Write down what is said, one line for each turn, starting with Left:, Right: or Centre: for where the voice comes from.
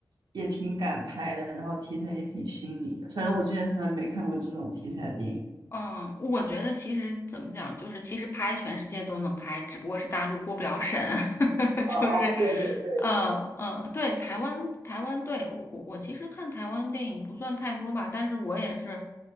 Right: 也挺敢拍的，然后题材也挺新颖的，反正我之前从来没看过这种题材的电影。
Left: 嗯，我觉得其实怎么讲，就是其实拍全世界都能拍，只不过是大陆过不了审，<laughs>
Right: 哦哦，
Left: 就是，
Right: 对对对对，
Left: 嗯嗯，对，台湾台湾，对，我我我其实看台湾电影不算太多吧，但是我也是，